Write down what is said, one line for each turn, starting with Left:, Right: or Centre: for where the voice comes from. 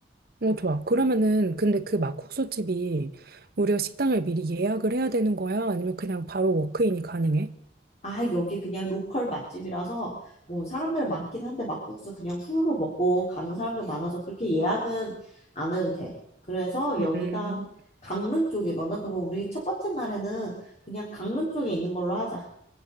Right: 어, 좋아. 그러면은 근데 그 막국수 집이 우리가 식당을 미리 예약을 해야 되는 거야? 아니면 그냥 바로 워크인이 가능해?
Left: 아, 여기 그냥 로컬 맛집이라서 뭐 사람들 많긴 한데 막국수 그냥 후루룩 먹고 가는 사람들 많아서 그렇게 예약은 안 해도 돼. 그래서
Right: 음.
Left: 여기가 강릉 쪽이거든. 그러면 우리 첫 번째 날에는 그냥 강릉 쪽에 있는 걸로 하자.